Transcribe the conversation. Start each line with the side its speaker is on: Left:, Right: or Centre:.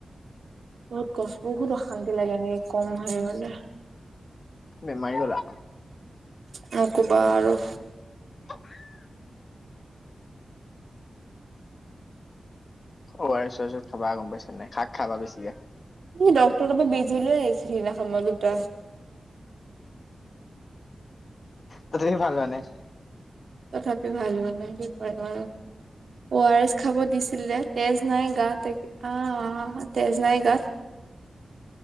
Right: বহুত কষ্ট বহুত অশান্তি লাগে এনেকে কম হৈ গ'লে।
Left: বেমাৰি হ'লা।
Right: নকবা আৰু।
Left: <unintelligible> O R S R S খাবা গম পাইছ নাই শাক খাবা বেছিকে।
Right: ডক্তৰ তাপা বেজি লৈ আহিছো মই সিদিনাখন মই দুটা।
Left: তথাপিও ভাল হোৱা নাই?
Right: তথাপিও ভাল হোৱা নাই কি কৰিম আৰু। অ আৰ এছ খাব দিছিলে, তেজ নাই গাত এ, আ তেজ নাই গাত